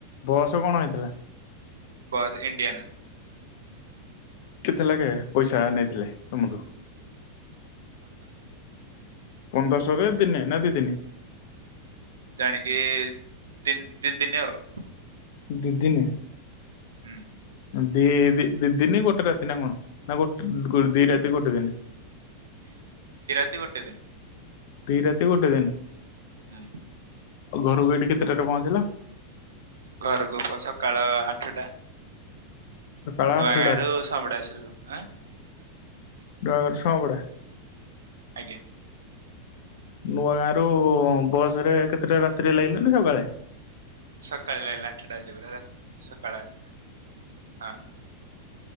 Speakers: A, on the left; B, on the right.
A: ବସ କଣ ହେଇଥିଲା?
B: Bus Indian.
A: କେତେ ଲାଗେ ପଇସା ନେଇଥିଲେ ତମଠୁ? ପନ୍ଦରଶହ ରେ ଦିନେ ନା ଦି ଦିନି?
B: ଜାଣିକି ତି ଦି ଦିନି ଆଉ।
A: ଦି ଦିନି
B: ହୁଁ
A: ଆଉ ଦି ଦି ଦିନି ଗୋଟେ ରାତି ନା କଣ? ନା ଗୋଟ ଦି ରାତି ଗୋଟେ ଦିନି?
B: ତି ଗୋଟେ ଦିନି।
A: ଦୁଇ ରାତି ଗୋଟେ ଦିନି?
B: ହୁଁ
A: ଘରୁକୁ ଏଇଠି କେତେଟାରେ ପହଁଞ୍ଚିଲ?
B: ଘରକୁ ପ ସକାଳ ଆଠଟା।
A: ସକାଳ
B: ନୂଆ
A: ଆଠଟାରେ
B: ଗାଁରୁ ସଁବଡ ଆସିଲୁ। ଆଁ
A: ଗ ସଁବଡ଼ା
B: ଆଜ୍ଞା
A: ନୂଆ ଗାଁ ରୁ ବସ ରେ କେତେଟା ରାତିରେ ଲାଗିଲା ନା ସକାଳେ?
B: ସକାଳେ ଲାଗିଲା ଆଠଟା ବାଜି ପୁରା ରା ସକାଳେ ଆଠଟା ହଁ